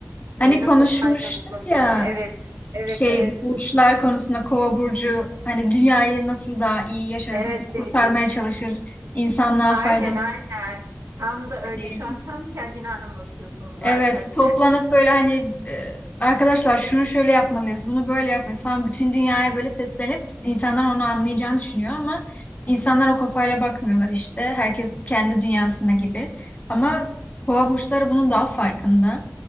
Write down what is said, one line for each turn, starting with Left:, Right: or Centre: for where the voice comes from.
Right: E,
Left: Hani konuşmuştuk
Right: nasıl faydalı olabilir
Left: ya
Right: mi? Evet, evet,
Left: şey
Right: evet.
Left: burçlar konusunda kova burcu hani dünyayı nasıl daha iyi yaşarız,
Right: Evet
Left: nasıl kurtarmaya
Right: Dehdiş.
Left: çalışır, insanlığa
Right: Aynen,
Left: faydalı.
Right: aynen. Tam da öyle.
Left: hani
Right: Şu an tam kendini anlatıyorsun zaten.
Left: Evet, toplanıp böyle hani e, arkadaşlar şunu şöyle yapmalıyız, bunu böyle yapmalıyız falan bütün dünyaya böyle seslenip insanlar onu anlayacağını düşünüyor ama insanlar o kafayla bakmıyorlar işte. Herkes kendi dünyasında gibi. Ama boğa burçları bunun daha farkında.